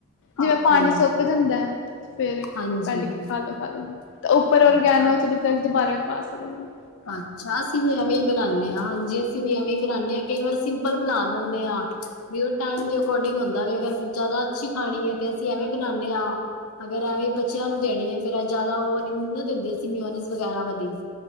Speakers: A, on the left; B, on the left.
A: ਜਿਵੇਂ
B: ਓਕੇ,
A: ਪਾਨੀ ਸੁੱਕ ਜਾਂਦਾ। ਫੇਰ
B: ਹਾਂਜੀ,
A: ਕੱਢ ਕੇ ਖਾਲੋ-ਖਾਲੋ, ਤੇ ਉੱਪਰ ਔਰਗੈਨੋ
B: ਅੱਛਾ।
A: ਵਿਚ ਤੇ ਫਿਰ ਦੋਬਾਰਾ ਵੀ ਪਾ ਸਕਦੇ ਆਂ।
B: ਅੱਛਾ, ਅਸੀਂ ਵੀ ਏ ਐਵੇਂ ਹੀ ਬਨਾਨੇ ਆਂ ਹਾਂਜੀ ਅਸੀਂ ਵੀ ਐਵੇਂ ਈ ਬਨਾਨੇ ਆਂ ਕਈ ਵਾਰ ਸਿੰਪਲ ਬਨਾ ਲੈਂਨੇ ਆਂ। ਵੀ ਓਹ ਟਾਈਮ ਦੇ ਅਕੋਰਡਿੰਗ ਹੁੰਦਾ ਅਗਰ ਜ਼ਿਆਦਾ ਅੱਛੀ ਖਾਣੀ ਐ ਤੇ ਅਸੀਂ ਐਵੇਂ ਬਨਾਨੇ ਆਂ। ਅਗਰ ਐਵੇਂ ਬੱਚਿਆਂ ਨੂੰ ਦੇਨੀ ਏ ਫਿਰ ਜ਼ਿਆਦਾ ਓ ਨੀ ਨਾ ਦਿੰਦੇ ਅਸੀ ਮਿਓਨਿਜ਼ ਵਗੈਰਾ ਵਾਲੀ।